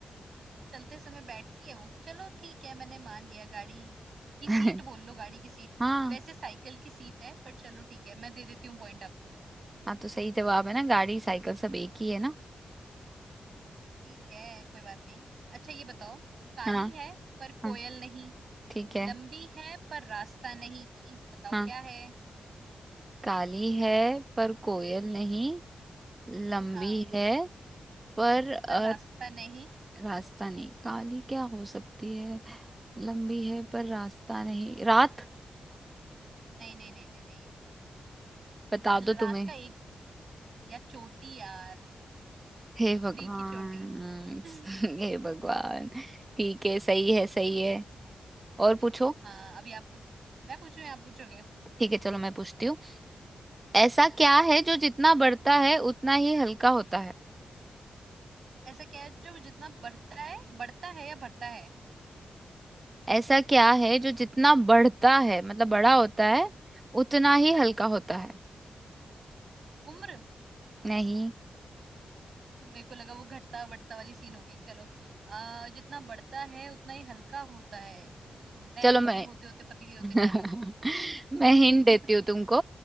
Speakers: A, on the right; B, on the right.
A: चलते समय बैठती है वो चलो ठीक है मैंने मान लिया गाड़ी की
B: <laughs>
A: सीट बोल लो गाड़ी की सीट
B: हाँ
A: वैसे साइकिल की सीट है पर चलो ठीक है मैं दे देती हूँ पॉइंट आपको
B: हाँ तो सही जवाब है ना गाड़ी साइकिल सब एक ही है ना
A: ठीक है कोई बात नहीं अच्छा ये बताओ काली
B: हाँ
A: है पर
B: हाँ
A: कोयल नहीं
B: ठीक है
A: लंबी है पर रास्ता नहीं बताओ
B: हाँ
A: क्या है
B: काली है पर कोयल नहीं लंबी
A: हाँ
B: है पर अ,
A: पर रास्ता नहीं
B: रास्ता नहीं काली क्या हो सकती है लंबी है पर रास्ता नहीं रात
A: नहीं नहीं नहीं नहीं नहीं
B: बता
A: ल-
B: दो
A: रात
B: तुम्हें
A: का एक यार चोटी यार स्त्री
B: हे भगवान
A: की चोटी <laughs>
B: <laughs>
A: हम्म,
B: हे भगवान ठीक है सही है सही है और पूछो
A: हाँ अभी आप पू- मैं पूछूं या आप पूछोगे
B: ठीक है चलो मैं पूछती हूँ ऐसा क्या है जो जितना बढ़ता है उतना ही हल्का होता है
A: ऐसा क्या है जो जितना बढ़ता है बढ़ता है या बढ़ता है
B: ऐसा क्या है जो जितना बढ़ता है मतलब बड़ा होता है उतना ही हल्का होता है
A: उम्र
B: नहीं
A: मेरे को लगा वो घटता बढ़ता वाली सीन होगी चलो आ, जितना बढ़ता है उतना ही हल्का होता है हम्म, मैं
B: चलो मैं
A: बड़ी होते होते पतली होते
B: <laughs>
A: जा रही हूँ
B: मैं
A: <laughs>
B: हिंट देती हूँ तुमको